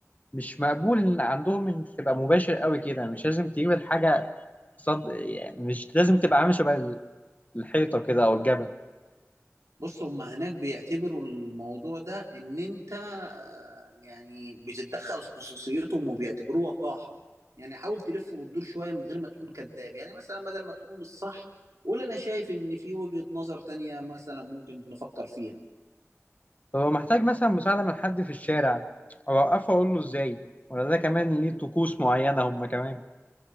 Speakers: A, on the left (about 30°); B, on the right (about 85°).
A: مش مقبول إن عندهم إن تبقى مباشر قوي كده مش لازم تجيب الحاجة صد يعني مش لازم تبقى عامل شبه الحيطة كده أو الجبل
B: بص هما هناك بيعتبروا الموضوع ده ان انت آه، يعني بتتدخل في خصوصيتهم وبيعتبروه وقاحة يعني حاول تلف وتدور شوية من غير ما تكون كذاب يعني مثلا بدل ما تقول مش صح قول انا شايف ان في وجهة نظر تانية مثلا ممكن نفكر فيها
A: فهو محتاج مثلا مساعدة من حد في الشارع أوقفه أقول له ازاي؟ ولا ده كمان ليه طقوس معينة هما كمان؟